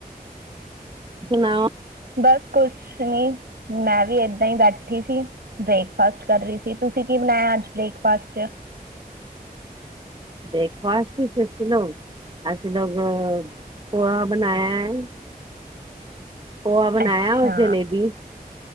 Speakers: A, on the right (about 30°); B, on the right (about 85°).
A: ਸੁਣਾਓ।
B: ਬਸ ਕੁਛ ਨੀ ਮੈਂ ਵੀ ਏਦਾਂ ਹੀ ਬੈਠੀ ਸੀ, ਬ੍ਰੇਕਫਾਸਟ ਕਰ ਰਹੀ ਸੀ, ਤੁਸੀਂ ਕੀ ਬਣਾਯਾ ਅੱਜ ਬ੍ਰੇਕਫਾਸਟ ਚ
A: ਬ੍ਰੇਕਫਾਸਟ ਵਿੱਚ ਅਸੀਂ ਲੋ ਅਸੀਂ ਲੋਗ ਪੋਹਾ ਬਣਾਯਾ ਐ। ਪੋਹਾ ਬਣਾਯਾ
B: ਅੱਛਾ
A: ਔਰ ਜਲੇਬੀ